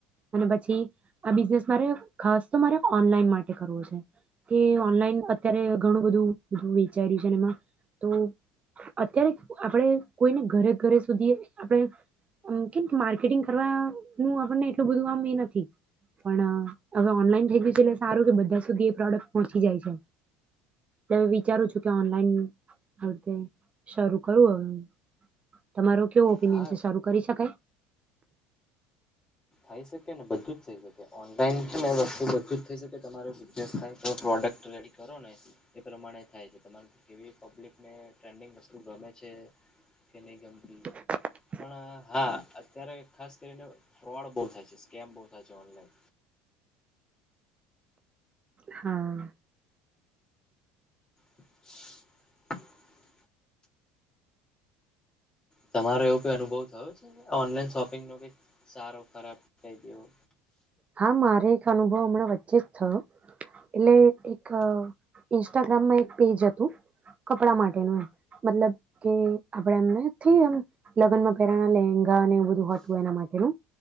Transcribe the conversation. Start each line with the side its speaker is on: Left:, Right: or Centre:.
Right: અને પછી આ બિઝનેસ મારે ખાસ તો મારે ઓનલાઈન માટે કરવો છે કે ઓનલાઈન અત્યારે ઘણું બધું બધ વેચાર્યું છે એમાં. તો અત્યારે આપણે કોઈને ઘરે ઘરે સુધી આપણે અ કેમ કે માર્કેટિંગ કરવા હું આપણને એટલું બધું આમ એ નથી. પણ હવે ઓનલાઈન થઈ ગયુ. એટલે સારું કે બધા સુધી એ પ્રોડક્ટ પહોંચી જાય છે. વલ વિચારું છું કે ઓનલાઈન <unintelligible> શરૂ કરું હવે હું. તમારું કેવું ઓપિનિયન
Left: હા
Right: છે, શરૂ કરી શકાય?
Left: થઈ શકે ને બધું જ થઈ શકે. ઓનલાઈન છે ને વસ્તુ બધું જ થઈ શકે. તમારો બિઝનેસ થાય પણ પ્રોડક્ટ રેડી કરો ને એ પ્રમાણે થાય છે. તમારે કેવી પબ્લિકને ટ્રેન્ડિંગ વસ્તુ ગમે છે કે નહીં ગમ
Right: <inaudible>
Left: પણ હા અત્યારે ખાસ કરીને ફ્રોડ બહુ થાય છે, સ્કેમ બહુ થાય છે ઓનલાઈન.
Right: હા.
Left: <inaudible> તમારો એવો ક અનુભવ થયો છે ઓનલાઈન શોપિંગ નો ક સારો ખરાબ કઈ દેવો.
Right: હા મારે એક અનુભવ હમણાં વચ્ચે જ થયો એટલે એક ઇન્સ્ટાગ્રામમાં એક પેજ હતું કપડા માટેનું એમ મતલબ કે આપણે એમને થ એમ લગ્નમાં પહેરાના લેંગા અને એવ બધું હતું એના માટેનું